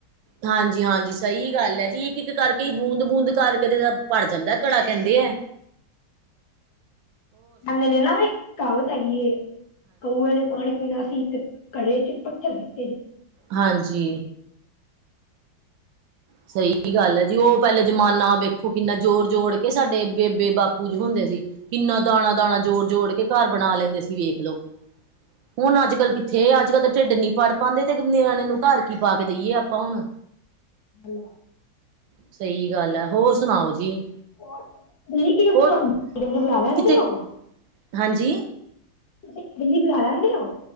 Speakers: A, on the right; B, on the left.
A: ਹਾਂਜੀ ਹਾਂਜੀ ਸਹੀ ਗੱਲ ਹੈ ਜੀ ਇੱਕ ਇੱਕ ਕਰਕੇ ਬੂੰਦ ਬੂੰਦ ਕਰਕੇ ਤੇ ਭੜ ਜਾਂਦਾ ਘੜਾ ਕਹਿੰਦੇ। ਕਿ
B: ਅ ਨਿਲ ਮ ਕਾਬ ਤਗ। <unintelligible> ਕਊਆ ਨੇ ਪਾਣੀ ਪੀਣਾ ਸੀ ਤੇ ਘੜੇ ਚ ਪੱਥਰਤੇ।
A: ਹਾਂਜੀ। ਸਹੀ ਗੱਲ ਹੈ ਜੀ ਉਹ ਪਹਿਲਲੇ ਜਮਾਨਾ ਵੇਖੋ ਕਿੰਨਾ ਜੋੋਰ ਜੋੜ ਕੇ ਸਾਡੇ ਬੇਬੇ ਬਾਪੂ ਜ ਹੁੰਦੇ ਸੀ। ਕਿੰਨਾ ਦਾਣਾ ਦਾਣਾ ਜੋੜ ਜੋੜ ਕੇ ਘਰ ਬਣਾ ਲੈਂਦੇ ਸੀ ਵੇਖ ਲਓ ਹੁਣ ਅੱਜ ਕੱਲ੍ਹ ਕਿ ਥੇ ਅੱਜ ਕੱਲ ਤਾਂ ਢਿੱਡ ਨੀ ਪੜ੍ਹ ਪਾਉਂਦੇ ਤੇ ਨਿਆਣੇ ਨੂੰ ਘਰ ਕੀ ਪਾ ਕੇ ਦੇਈਏ ਆਪਾਂ ਹੁਣ।
B: ਲ।
A: ਸਹੀ ਗੱਲ ਹੈ ਹੋਰ ਸੁਣਾਓ ਜੀ।
B: ਹੋਰ ਕਿ ਆਪਣਾ
A: ਹੋਰ
B: ਇਡਲੀ ਬਣਾ ਲੈਣ
A: ਕਿਤੇ
B: ਦੇ ਹੋ।
A: ਹਾਂਜੀ।
B: ਤੁਸੀਂ ਇਡਲੀ ਬਣਾ ਲੈਂਦੇ ਹੋ।